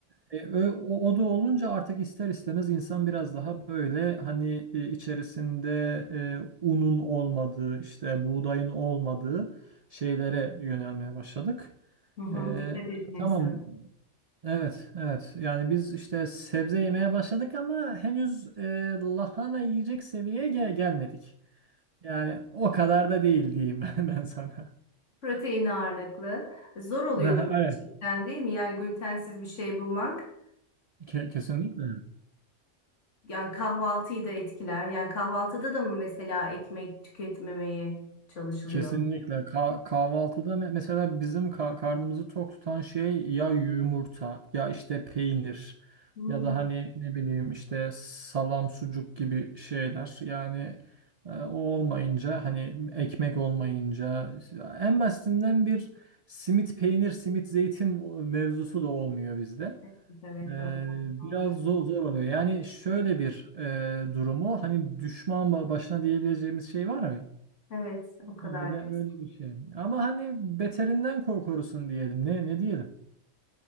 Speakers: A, on the right; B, on the left.
A: e, ö- o, o da olunca artık ister istemez insan biraz daha böyle hani e, içerisinde e, unun olmadığı, işte buğdayın olmadığı şeylere yönelmeye başladık.
B: Hı hı,
A: Ee,
B: Dikkat etmek
A: tamam.
B: zor.
A: Evet, evet. Yani biz işte sebze yemeye başladık ama henüz e, lahana yiyecek seviyeye gel- gelmedik. Yani o kadar da değil diyeyim <laughs> ben sana.
B: Protein ağırlıklı. Zor oluyordur
A: Aha,
B: gerçekten
A: Evet,
B: değil mi? Yani glutensiz bir şey bulmak.
A: ke- kesinlikle.
B: Yani kahvaltıyı da etkiler. Yani kahvaltıda da mı mesela ekmek tüketmemeye çalışılıyor?
A: Kesinlikle. Ka- kahvaltıda me- mesela bizim ka- karnımızı tok tutan şey ya yumurta ya işte peynir
B: Hmm,
A: ya da hani ne bileyim işte salam sucuk gibi şeyler. Yani e, o olmayınca hani ekmek olmayınca en basitinden bir simit peynir simit zeytin mevzusu da olmuyor bizde.
B: Evet, evet,
A: Ee,
B: o kadar.
A: biraz zor, zor oluyor. Yani şöyle bir e, durumu hani düşman başına diyebileceğimiz şey var mı?
B: Evet, o kadar.
A: Öyle
B: diyorsun.
A: öyle bir şey. Ama hani beterinden korkurusun diyelim. Ne ne diyelim?